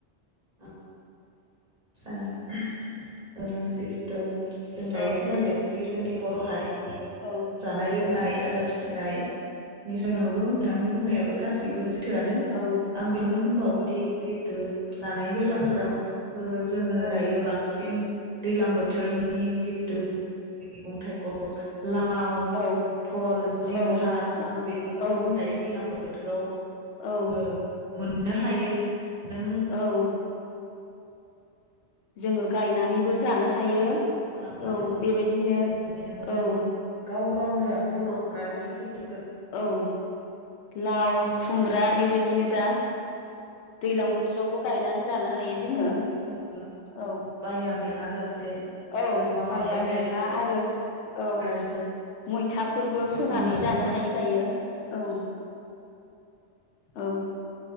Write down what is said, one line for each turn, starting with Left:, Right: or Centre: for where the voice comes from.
Right: ओं जागोन ओ जिहेथु जों दायो
Left: औ
Right: सावरायदों जि जोंनि बर' हारि
Left: औ
Right: जानाय लोंनाय आरो फिसिनाय निसय नंगौ
Left: औ
Right: नोंथांनि बुंनायाबो गासिबो सैथोआनो
Left: औ
Right: आं बेयावनो बुंबावोदि जिहेथु जानाय बेलाफोराव जोङो
Left: औ
Right: दायो बांसिन दैलां बोथोरनि जिहेतु मैगं थाइगं ला- लाव
Left: औ
Right: भल जिंखा
Left: औ लाव
Right: बेफोरखौ
Left: औ
Right: जों दायो दैलां बो बोथोराव ओ
Left: औ
Right: मोन मोननो हायो। नों
Left: औ जोङो गायनानैबो जानो
Right: गोबां
Left: हायो औ
Right: बेबायदि मुलाम्फा दोङो
Left: बेबायदिनो औ
Right: बेखायनो जों गाव गावनो बर' फोरा खेथि
Left: औ लाव खुमब्रा बेबायदिनो दा दैज्लां बोथोरावबो गायनानैै जानो हायो जोङो
Right: बेबायदि जोङो
Left: औ
Right: बाया मेङा जासे
Left: औ
Right: जों मावलांबाय
Left: बाया मेङा
Right: थायो
Left: आरो औ
Right: आरो
Left: मैथा फोरबो
Right: जोङो
Left: फोनानै जानो हायो दायो औ औ